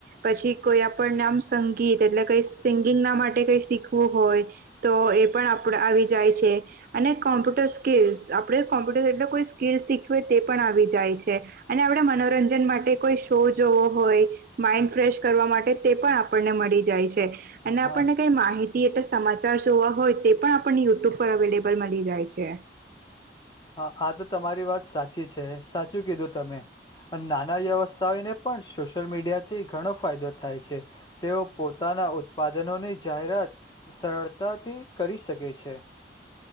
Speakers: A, on the right (about 50°); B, on the left (about 20°).
A: પછી કોઈ આપણને આમ સંગીત એટલે કઈ સિંગિંગ ના માટે કઈ શીખવું હોય તો એ પણ આપ આવી જાય છે અને કોમ્પ્યુટર સ્કીિલ્લ્સ આપણે કોમ્પ્યુટર એટલે કોઈ સ્કીિલ્લ્સ શીખવી હોય તે પણ આવી જાય છે અને આપણે મનોરંજન માટે કોઈ શો જોવો હોય માઈન્ડ ફ્રેશ કરવા માટે તે પણ આપણને મળી જાય છે. અને
B: હા
A: આપણને કઈ માહિતી <unintelligible> સમાચાર જોવા હોય તે પણ આપણને યુટ્યુબ પર અવેલેબલ મળી જાય છે.
B: હા આ તો તમારી વાત સાચી છે. સાચું કીધું તમે નાના વ્યવસ્થાને પણ સોશિયલ મીડિયાથી ઘણો ફાયદો થાય છે તેઓ પોતાના ઉત્પાદનોની જાહેરાત સરળતાથી કરી શકે છે.